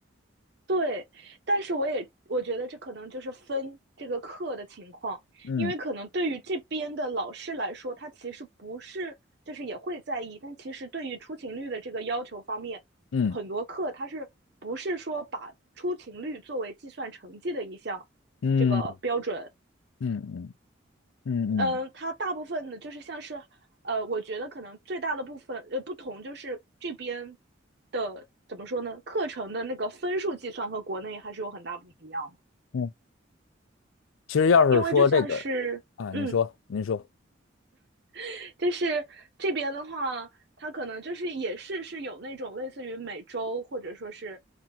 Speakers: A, on the right; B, on the left.
A: 对，但是我也我觉得这可能就是分这个课的情况，
B: 嗯
A: 因为可能对于这边的老师来说，他其实不是就是也会在意，但其实对于出勤率的这个要求方面，
B: 嗯
A: 很多课他是不是说把出勤率作为计算成绩的一项这个标准
B: 嗯嗯嗯嗯嗯
A: 嗯、呃它大部分的就是像是，呃，我觉得可能最大的部分呃不同就是这边的怎么说呢，课程的那个分数计算和国内还是有很大不一样的，
B: 嗯。其实要是说这个啊，
A: 因为就像是嗯，
B: 您说您说，
A: <laughs> 就是这边的话，它可能就是也是是有那种类似于每周或者说是